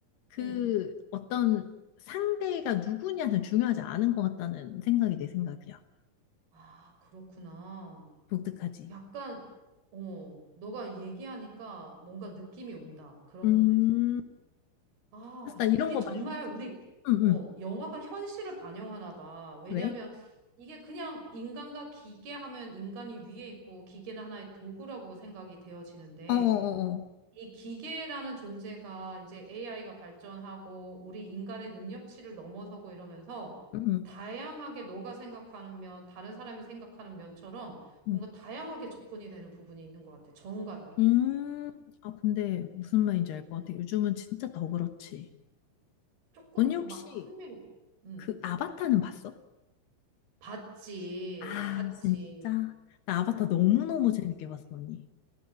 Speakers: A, on the left (about 65°); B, on the right (about 50°).
A: 그
B: 응.
A: 어떤 상대가 누구냐는 중요하지 않은 것 같다는 생각이 내 생각이야.
B: 아, 그렇구나.
A: 독특하지.
B: 약간, 어, 너가 얘기하니까 뭔가 느낌이 온다. 그런
A: 음,
B: 부분에서. 아,
A: 사실 나 이런
B: 이게
A: 거
B: 정말
A: 말고,
B: 우리,
A: 응,
B: 어,
A: 응.
B: 영화가 현실을 반영하나 봐. 왜냐면
A: 왜?
B: 이게 그냥 인간과 기계 하면 인간이 위에 있고 기계는 하나의 도구라고 생각이 되어지는데
A: 어어어어.
B: 이 기계라는 존재가 이제 AI가 발전하고 우리 인간의 능력치를 넘어서고 이러면서
A: 응, 응,
B: 다양하게 너가 생각하는 면, 다른 사람이 생각하는 면처럼
A: 응.
B: 뭔가
A: 음, 음,
B: 다양하게 접근이 되는 부분이 있는 것 같아. 정과 다르게.
A: 음. 음, 아, 근데 무슨 말인지 알 것
B: 음.
A: 같아. 요즘은 진짜 더 그렇지.
B: 조금
A: 언니 혹시
B: 막 흥미롭. 음.
A: 그 아바타는 봤어?
B: 봤지,
A: 아,
B: 봤지.
A: 진짜? 나 아바타 너무너무
B: 어,
A: 재밌게 봤어, 언니.